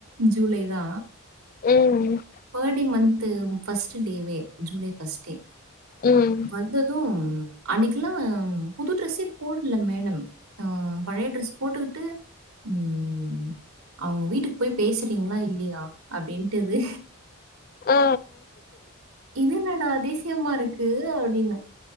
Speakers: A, on the right (about 85°); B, on the left (about 40°).
A: ஜூலை தா
B: ம்
A: பர்டே மன்த் ஃபர்ஸ்ட்டு டேவே ஜூலை ஃபஸ்டே
B: ம்
A: வந்தது அன்னைக்கெல்லா புது ட்ரெஸ்ஸே போட்ல மேடம் அ பழைய ட்ரெஸ் போட்டு ட்டு ம் அவ்ங்க வீட்டுக்கு போய் பேசுறீங்களா இல்லையா அப்டின் ட்டுது
B: ஆ
A: இது என்னடா அதிசயமா இருக்கு அப்டின்னு